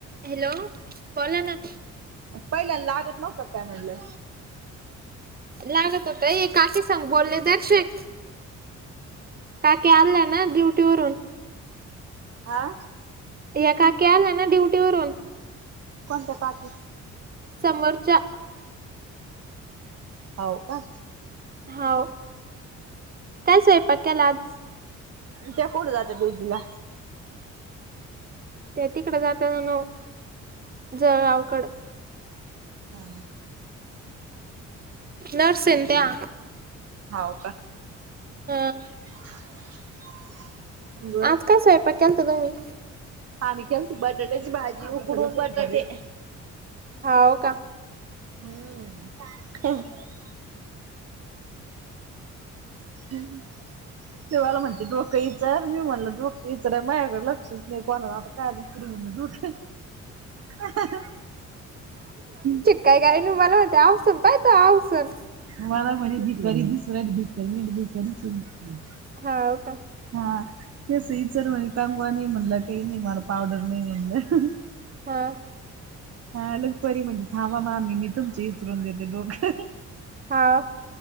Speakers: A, on the right; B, on the right.
A: Hello बला ना.
B: पहिल्या लागत नव्हतं का काय म्हणलं?
A: लागत होत एक काकी सांग बोलले दरशीक. काकी आल्या ना ड्युटी वरून.
B: आा.
A: ह्या काकी आल्याय ना ड्युटी वरुन.
B: कोणत्या का की?
A: समोरच्या.
B: हाव का?
A: हाव. काय सोयपाक केला आज?
B: त्या कुड जातात ड्युटीला?
A: त्या तिकडे जात्यानव जळगावकड.
B: हा.
A: नर्से ना त्या.
B: हाव का?
A: ह.
B: हम्म.
A: आज काय स्वयंपाक केलता तुम्ही?
B: आम्ही केलंती बटाट्याची भाजी. उकडून बटाटे.
A: हाव का?
B: <unintelligible> हम्म हम्म. तेमला म्हणते डोकं इचर. मी म्हणल डोकं इचाराय माझ्याकडे लक्षच नाही कोणा आता काय. तरी म्हणल डोक <unintelligible>
A: काही <unintelligible> मला म्हणते आमसूल पाहे तो आमसूल.
B: मला म्हणे भीकारी दिसला की नीट भीक भेिकारीचय
A: हाव का
B: हा केस इचर म्हणल कंगवा नाही म्हणल काही नाही मला पावडर नाही म्हणल.
A: हां
B: हा लगपरी म्हणली थांबा मामी मी तुमचे विचरून देते डोक.
A: हां